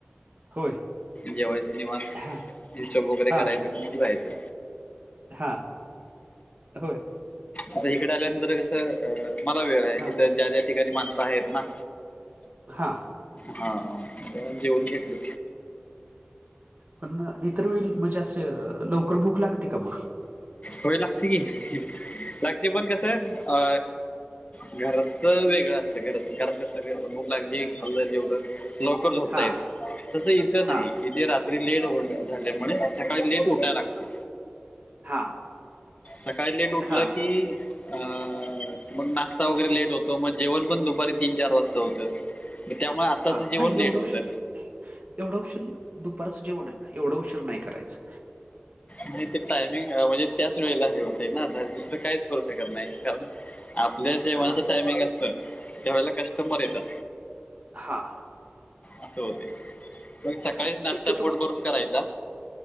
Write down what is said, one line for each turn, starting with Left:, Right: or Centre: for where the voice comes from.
Right: होय.
Left: जेवायच निवांत.
Right: हां,
Left: हिशोब वगैरे
Right: हां,
Left: करायचं म्ह जायचं.
Right: हां. होय.
Left: आता इकडं आल्यानंतर कस अ वेळ आहे
Right: हां,
Left: तिथ ज्या त्या ठिकाणी माणसं आहेत ना.
Right: हां
Left: हा जरा जेवून घेतलं.
Right: पण इतर वेळी म्हणजे असं लवकर भूक लागते का मग?
Left: हो लागते की लागते पण कसं अ घराचा वेगळं असतं घर घरात कसं भूक लागली खाल्लं जेवलो. लवकर झोपता
Right: हां,
Left: येत तसं इथं नाही
Right: हां,
Left: इथे रा तरी लेट हो झाल्या म्हणे सकाळी लेट उठाय लागतं.
Right: हां.
Left: सकाळी लेट उठलं
Right: हां,
Left: की
Right: हां,
Left: अ मग नाश्ता वगैरे लेट होतो मग जेवण पण दुपारी तीन चार वाजता होतं. मग त्यामुळे आत्ताचं
Right: हां.
Left: जेवण
Right: नाही एवढा
Left: लेट होतं.
Right: उशीर एवढा उशीर दुपारचं जेवण आहे ना एवढा उशीर नाही करायचं.
Left: नाही ते टायमिंग म्हणजे त्याच वेळेला हे हो ते ना आ दुसरं काहीच करू शकत नाही कारण आपल्या जेवणाच
Right: हां,
Left: टायमिंग असतं त्या वेळेला कस्टमर येतात.
Right: हां.
Left: असं होते पण
Right: हां.
Left: सकाळीच नाश्ता
Right: शक्यतो
Left: पोट
Right: मग
Left: भरून करायचा.